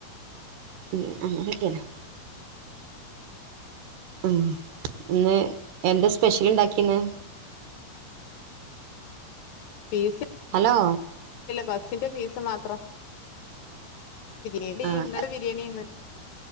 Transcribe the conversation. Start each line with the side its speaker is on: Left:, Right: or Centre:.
Right: ഉം അങ്ങനെക്കേണ് ഉം ഇന്ന് എന്താ സ്പെഷ്യൽ ഉണ്ടാക്കിന്നെ
Left: ഫീസ്
Right: ഹലോ
Left: ബസിന്റെ ഫീസ് മാത്രം യടി
Right: ആഹ്
Left: ഇന്നലെ ബിരിയാണിയ